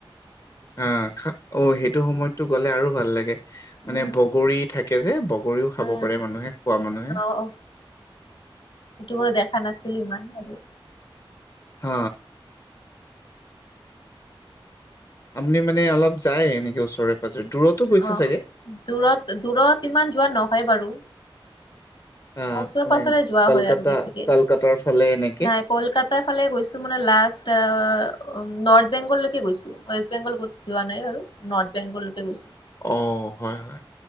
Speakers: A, on the left (about 40°); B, on the left (about 70°).
A: অ খা, অ সেইটো সময়তটো গ'লে আৰু ভাল লাগে মানে
B: উম
A: বগৰী থা কে যে বগৰীও খাব
B: উম
A: পাৰে মানুহে খোৱা মানুহে।
B: অ সেইটো বাৰু দেখা নাছিলো ইমান আৰু।
A: অ আপুনি মানে অলপ যায় এনেকে ওচৰে পাজৰে, দূৰতো গৈছে
B: অ
A: চাগে?
B: দূৰত দূৰত ইমান যোৱা নহয় বাৰু।
A: আহ
B: ওচৰে
A: মানে
B: পাজৰে যোৱা
A: কলকাতা
B: হয় আৰু বেছিকে।
A: কলকাতাৰ ফালে এনেকে
B: নাই কলকাতাৰ ফালে গৈছো মানে লাষ্ট নৰ্থ বেংগললৈকে গৈছো, ৱেষ্ট বেংগল যোৱা নাই বাৰু নৰ্থ বেংগলৈকে গৈছোঁ।
A: অ হয় হয়